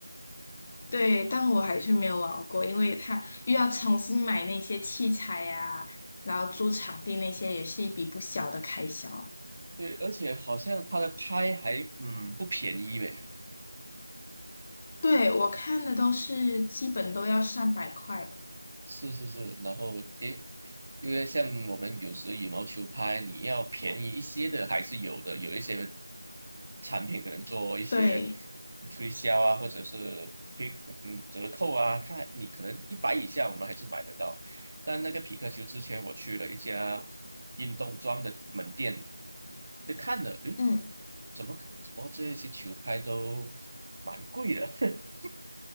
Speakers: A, on the left (about 15°); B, on the right (about 30°).
A: 对，但我还是没有玩过，因为它又要重新买那些器材呀、然后租场地那些也是一笔不小的开销。
B: 对，而且好像它的拍还嗯不便宜呗。
A: 对，我看的都是基本都要上百块吧。
B: 是是是，然后诶，因为像我们有时羽毛球拍，你要便宜一些的还是有的，有一些产品可能做一些
A: 对，
B: 推销啊，或者是推嗯折扣啊，它你可能一百以下我们还是买得到。但那个匹克球之前我去了一家运动装的门店，就看了，嗯，
A: 嗯。
B: 怎么怎么这些球拍都蛮贵的？<laughs>